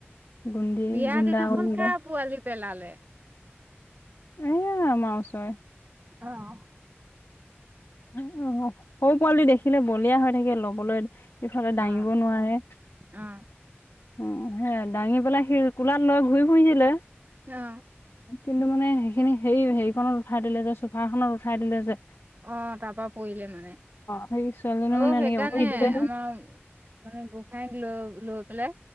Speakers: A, on the left; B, on the right.
A: গুন্দি
B: বিয়া
A: গুণ্ডা
B: দিনাখন
A: কৰি থাকিব
B: কা পোৱালি পেলালে?
A: এয়া আমাৰ ওচৰে।
B: অঁ।
A: সৰু পোৱালি দেখিলে বলিয়া হৈ থাকে লবলৈ। সিফালে দাঙিব
B: অ
A: নোৱাৰে।
B: অ
A: উ সে দাঙি পেলাই স কোলাত লৈ ঘূৰি ফুৰিছিলে।
B: আহঁ।
A: কিন্তু মানে সেইখিনি সে হেৰিখনত উঠাই দিলে যে চোফাখনত উঠাই দিলে যে।
B: অঁ তাৰ পৰা পৰিলে মানে
A: সেই ছোৱালীজনী
B: অঁ
A: মানে
B: সেইকাৰণে
A: এনেকে উঠি দিলে
B: আমাৰ মানে গোসাঁইক লৈ লৈ কলে